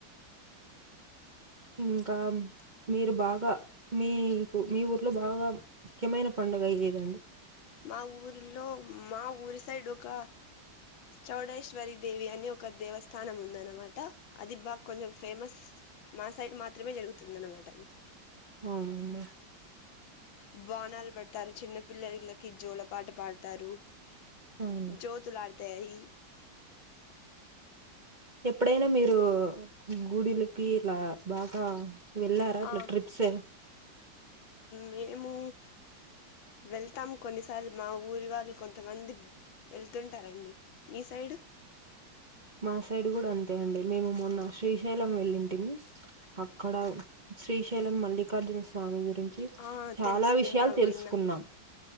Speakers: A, on the right; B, on the left.
A: ఇంకా మీరు బాగా మీకు మీ ఊర్లో బాగా ముఖ్యమైన పండగ ఏదండీ.
B: మా ఊర్లో. మా ఊరి సైడ్ ఒక. చౌడేశ్వరి దేవి అని ఒక దేవస్థానం ఉందనమాట. అది బా కొంచెం ఫేమస్. మా సైడ్ మాత్రమే జరుగుతుంది అనమాట అది.
A: అవునా అండి
B: బోనాలు బేడతారు చిన్న. పిల్లల్లకి జోల పాట పాడతారు.
A: అవును
B: జ్యోతులా తాయి.
A: ఎప్పుడైనా మీరు గుడిలకి ఇలా బాగా. ఆ వెళ్ళారా అట్ల
B: ఆ
A: ట్రిప్స్.
B: మేము వెళ్తాము కొన్నిసార్లు మా ఊరి వాళ్ళు కొంతమంది వెళ్తుంటారండి మీ సైడు.
A: మా సైడ్ కూడా అంతే అండి మేము మొన్న శ్రీశైలం వెళ్ళింటిమి అక్కడ శ్రీశైలం మల్లికార్జున స్వామి గురించి
B: ఆ
A: చాలా
B: తెలుసు
A: విషయాలు
B: విన్నాం
A: తెలుసుకున్నాం
B: విన్నాం